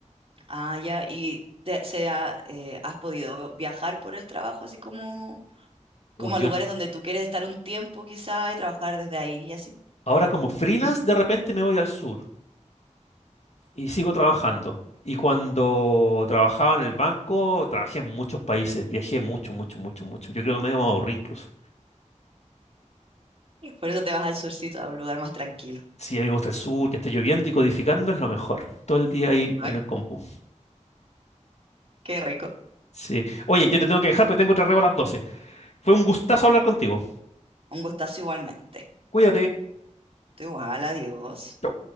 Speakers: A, on the right; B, on the left.
A: Ah, ya, y te, se ha- eh, has podido viajar por el trabajo, así como, como
B: Uy, yo
A: a lugares
B: en-
A: donde tú quieres estar un tiempo quizás y trabajar desde ahí y así.
B: ahora como freelance de repente me voy al sur. y sigo trabajando. Y cuando trabajaba en el banco, trabajé en muchos países, viajé mucho, mucho, mucho, mucho. Yo creo que me iba a aburrir incluso.
A: Por eso te vas al surcito, a un lugar más tranquilo.
B: Sí, a mí me gusta el sur, que esté lloviendo y codificando es lo mejor. Todo el día ahí
A: Ah,
B: en el compu.
A: qué rico.
B: Sí. Oye, yo te tengo que dejar porque tengo otra reo a las doce Fue un gustazo hablar contigo.
A: Un gustazo igualmente.
B: Cuídate.
A: Tú igual, adiós.
B: Chau.